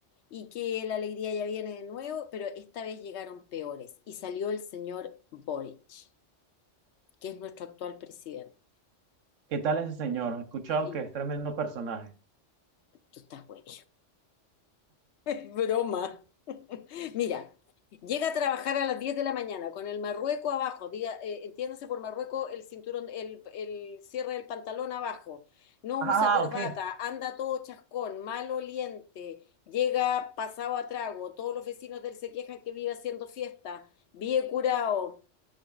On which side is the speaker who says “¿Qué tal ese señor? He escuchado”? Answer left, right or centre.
Right